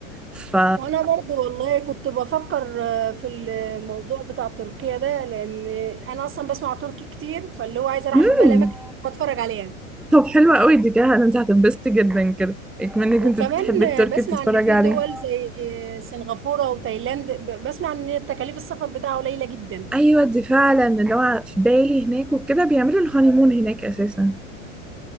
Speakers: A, in the centre; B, on the right.
A: ف
B: وانا برضو والله كنت بفكر آه، في الموضوع بتاع تركيا ده لان انا اصلا بسمع تركي كتير فاللي هو عايزه اروح
A: مم.
B: اشوف بقى الاماكن واتفرج عليها
A: طب حلوة قوي دي كده انت هتنبسطي جدا كده اكمنك
B: وكمان
A: انت بتحبي التركي
B: بسمع
A: بتتفرجي
B: ان في
A: عليه
B: دول زي سنغافورة وتايلاند ب- بسمع ان تكاليف السفر بتاعها قليلة جدا
A: ايوه دي فعلا اللي هو في بالي هناك وكده بيعملوا الهانيمون هناك اساسا